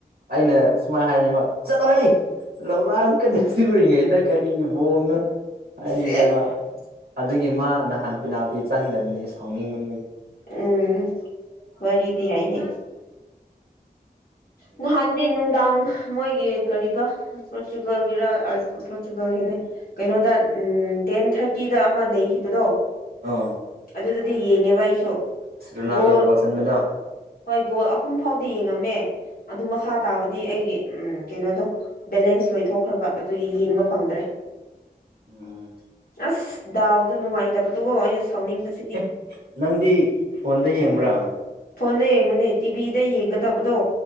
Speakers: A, on the right (about 80°); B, on the left (about 65°).
A: ꯑꯩꯅ ꯁꯨꯃꯥꯏ ꯍꯥꯏꯕ ꯆꯠꯂꯣꯍꯦ ꯂꯧꯔꯥꯡ ꯀꯟꯅ ꯁꯤꯔꯤꯉꯩꯗ ꯀꯔꯤꯒꯤ ꯕꯣꯜꯅꯣ ꯍꯥꯏꯔꯤꯕꯅꯦꯕ
B: ꯁꯦꯁ
A: ꯑꯗꯨꯒꯤ ꯃꯥ ꯅꯍꯥꯟ ꯄꯦꯅꯥꯜꯇꯤ ꯆꯪꯗꯕꯅꯦ ꯁꯥꯎꯅꯤꯡꯃꯟꯕꯒꯤ
B: ꯎꯝ ꯋꯥꯔꯤꯗꯤ ꯌꯥꯏꯍꯦ ꯅꯍꯥꯟꯗꯤ ꯅꯨꯡꯗꯥꯡ ꯃꯣꯏꯒꯤ ꯀꯔꯤꯕ ꯄꯔꯣꯇꯨꯒꯜꯒꯤꯔ ꯑꯔꯖꯦꯟꯇꯤꯅꯒꯤꯔ ꯀꯩꯅꯣꯗ ꯎꯝ ꯇꯦꯟ ꯊꯥꯔꯇꯤꯗ ꯑꯃ ꯂꯩꯈꯤꯕꯗꯣ
A: ꯑꯥꯎ
B: ꯑꯗꯨꯗꯗꯤ ꯌꯦꯡꯉꯦꯕ ꯑꯩꯁꯨ
A: ꯔꯣꯅꯥꯜꯗꯣ
B: ꯒꯣ
A: ꯒꯣꯜ ꯆꯟꯕꯗꯣ
B: ꯍꯣꯏ ꯒꯣꯜ ꯑꯍꯨꯝ ꯐꯥꯎꯗꯤ ꯌꯦꯡꯉꯝꯃꯦ ꯑꯗꯨ ꯃꯈꯥ ꯇꯥꯕꯗꯤ ꯑꯩꯒꯤ ꯎꯝ ꯀꯩꯅꯣꯗꯣ ꯕꯦꯂꯦꯟꯁ ꯂꯣꯏꯊꯣꯛꯈ꯭ꯔꯕ ꯑꯗꯨꯒꯤ ꯌꯦꯡꯕ ꯐꯪꯗ꯭ꯔꯦ
A: ꯎꯝ
B: ꯑꯁ ꯗꯥꯎꯗ ꯅꯨꯡꯉꯥꯏꯇꯕꯗꯨꯒꯣ ꯑꯩꯅ ꯁꯥꯎꯅꯤꯡꯕꯁ
A: ꯑꯦ ꯅꯪꯗꯤ ꯐꯣꯟꯗ ꯌꯦꯡꯕ꯭ꯔꯥ
B: ꯐꯣꯟꯅ ꯌꯦꯡꯕꯅꯦ ꯇꯤꯚꯤꯗ ꯌꯦꯡꯒꯗꯕꯗꯣ